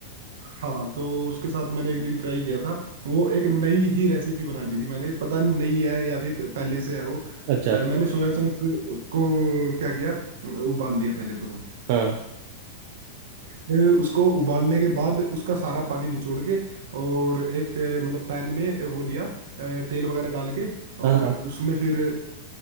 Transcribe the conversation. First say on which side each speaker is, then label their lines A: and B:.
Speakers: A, on the right; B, on the right.
A: हाँ तो उसके साथ मैंने एक दिन ट्राई किया था वो एक नई ही रेसिपी बना दी थी मैंने पता नहीं नई है या फिर पहले से है वो
B: अच्छा
A: अ, मैंने सोया चंक्स को क्या किया अ, उबाल लिया पहले तो
B: हाँ
A: फिर उसको उबालने के बाद उसका सारा पानी निचोड़ के और एक अ, मतलब पैन में वो लिया अ, तेल वगैरह डाल के
B: हाँ
A: और
B: हाँ
A: उसमें फिर